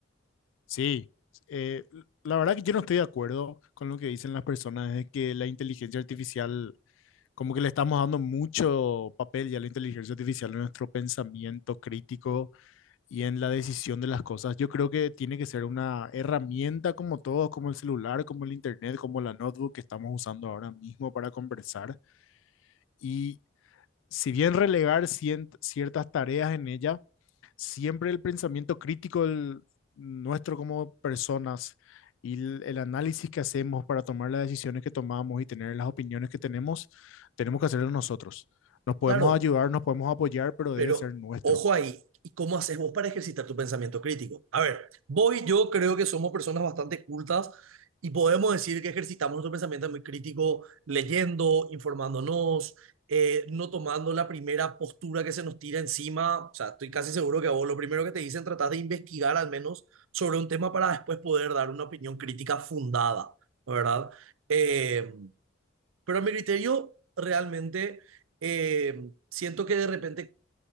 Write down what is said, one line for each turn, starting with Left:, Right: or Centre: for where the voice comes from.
Left: Sí, eh, la verdad que yo no estoy de acuerdo con lo que dicen las personas de que la inteligencia artificial, como que le estamos dando mucho papel ya a la inteligencia artificial en nuestro pensamiento crítico y en la decisión de las cosas. Yo creo que tiene que ser una herramienta como todos, como el celular, como el internet, como la notebook que estamos usando ahora mismo para conversar. Y si bien relegar cien- ciertas tareas en ella siempre el pensamiento crítico del- nuestro como personas y el, el análisis que hacemos para tomar las decisiones que tomamos y tener las opiniones que tenemos, tenemos que hacerlo nosotros. Nos podemos
Right: Claro,
Left: ayudar, nos podemos apoyar, pero
Right: Pero
Left: debe ser nuestro,
Right: ojo ahí, ¿y cómo haces vos para ejercitar tu pensamiento crítico? A ver, vos y yo creo que somos personas bastante cultas y podemos decir que ejercitamos nuestro pensamiento muy crítico leyendo, informándonos, eh, no tomando la primera postura que se nos tira encima. O sea, estoy casi seguro que a vos lo primero que te dicen, tratás de investigar al menos sobre un tema para después poder dar una opinión crítica fundada, ¿verdad? Eh, pero a mi criterio, realmente eh, siento que de repente